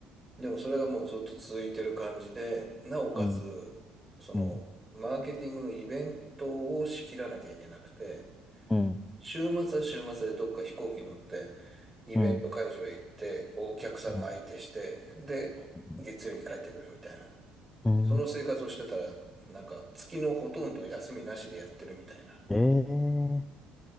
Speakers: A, on the right (about 20°); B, on the left (about 15°).
A: でもそれがもうずっと続いてる感じで、なおかつ、
B: うん、
A: その、
B: うん、
A: マーケティングのイベントを仕切らなきゃいけなくて、
B: うん、
A: 週末は週末でどっか飛行機乗って、イベント会場へ行って、
B: うん、
A: お客さんの相手して、
B: うん、
A: で、
B: うん。
A: 月曜に帰ってくるみたいな。
B: ー
A: その生活をしてたら、なんか月のほとんど休みなしでやってるみたいな。
B: えー、